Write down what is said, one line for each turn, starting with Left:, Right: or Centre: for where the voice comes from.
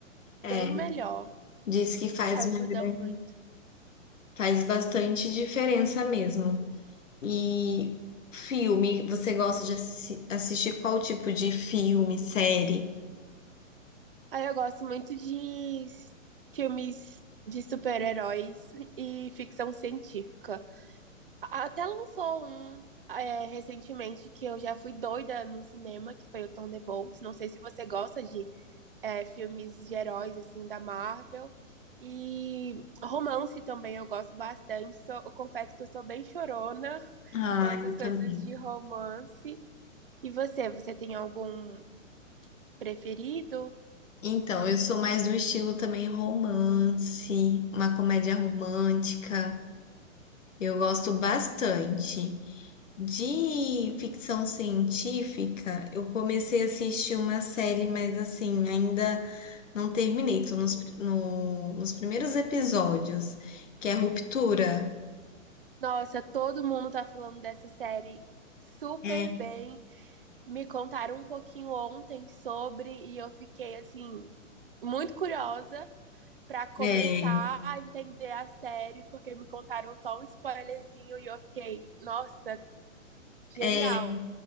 Left: É,
Right: bem melhor.
Left: diz que faz
Right: Ajuda
Left: uma grande,
Right: muito.
Left: faz bastante diferença mesmo. E filme, você gosta de assi- assistir qual tipo de filme, série?
Right: Aí eu gosto muito de s- filmes de super-heróis e ficção científica. Até lançou um é, recentemente que eu já fui doida no cinema, que foi o Thunderbolts. Não sei se você gosta de é, filmes de heróis, assim, da Marvel. E romance também eu gosto bastante. Sou- eu confesso que eu sou bem chorona
Left: Ah,
Right: com essas
Left: eu também.
Right: coisas de romance. E você, você tem algum preferido?
Left: Então, eu sou mais do estilo também romance, uma comédia romântica. Eu gosto bastante. De ficção científica, eu comecei a assistir uma série, mas assim, ainda não terminei. Tô nos, no- nos primeiros episódios, que é Ruptura.
Right: Nossa, todo mundo tá falando dessa série super
Left: É,
Right: bem. Me contaram um pouquinho ontem sobre e eu fiquei assim muito curiosa pra começar
Left: é,
Right: a entender a série, porque me contaram só um spoilerzinho e eu fiquei, nossa, genial.
Left: é,